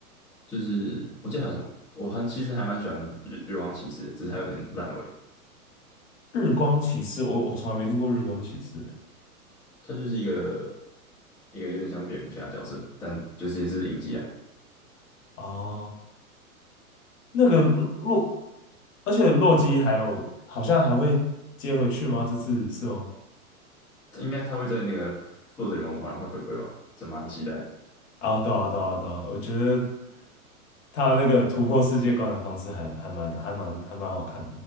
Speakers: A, in the centre; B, on the left (about 55°).
A: 就是我记得还有什么，我很其实还蛮喜欢月月光骑士的，只是它有点烂尾。
B: 日光骑士，我我从来没听过日光骑士欸
A: 它就是一个一个有点像是蝙蝠侠的角色，但就是也是影集啊。
B: 哦，那个洛，而且洛基还有好像还会接回去吗？这次是吗？
A: 应该它会在那个复仇者联盟五好像会回归吧，这蛮期待的
B: 啊，对啊，对啊，对啊，我觉得他那个突破世界观的方式还还蛮还蛮还蛮好看